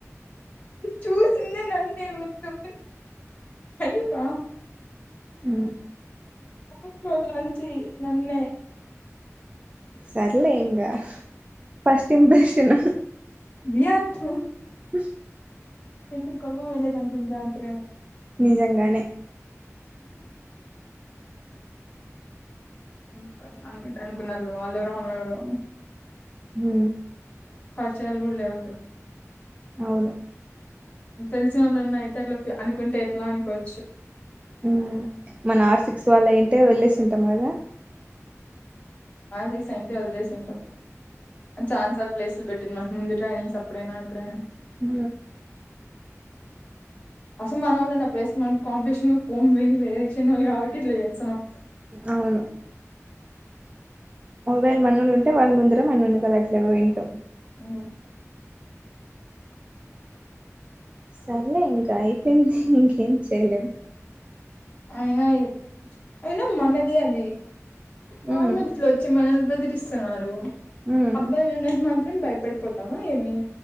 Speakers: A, on the left (about 25°); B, on the right (about 25°).
A: చూసిందే నన్నే ముతు అయిపా
B: ఉ
A: <unintelligible> నుంచి నన్నే
B: సర్లే ఇంగ ఫస్ట్ ఇంప్రెషన్
A: బియా తు
B: బస్
A: తంత్రి కొవ్వు వీళ్లకెంతుందా అంత్రే
B: నిజంగానే
A: ఉ అనుకుంటే అనుకున్నారులే వాళ్లేవరో మనం ఎవరో
B: ఉ
A: పరిచయాలు కూడా లేవు అక్కడ
B: అవును
A: తెలిసిన వాళ్ళు ఉన్నా అయితే అట్లా అనుకుంటే ఎట్లా అనుకోవచ్చు
B: ఉ మన ఆర్ సిక్స్ వాళ్ళ అయింటే వదిలేసుంటే వాళ్ళ
A: హాలిడేస్ అయ్యుంటే వదిలేసిండు ఆ చాన్స ప్లేస్ పెట్ ట మకు ముందు ట్రైనింగ్స్ అప్పుడైనా ఎప్పుడైనా
B: ఉ
A: అసలు మన వాళ్ళ నా పేస్ మనం కాంపిటీషన్ పొంమి వేరే చిన్న వాళ్ళు కాబట్టి ఇట్లా చేస్తన్నాం
B: అవును ఒకవేళ మనోళ్ళు ఉంటే వాళ్ళ ముందరే మనని కదా అట్లే పోయింటాం
A: ఆ
B: సర్లే అయిపోయింది ఇంకేం చేయలేం
A: అయినా అయినా మనదే అది ఫన్
B: మ్మ్
A: మనుషులు వచ్చి మనల్ బెదిరిస్తున్నారు
B: మ్మ్
A: అబ్బాయిలు ఉన్నంత మాత్రం భయపడిపోతావా ఏమి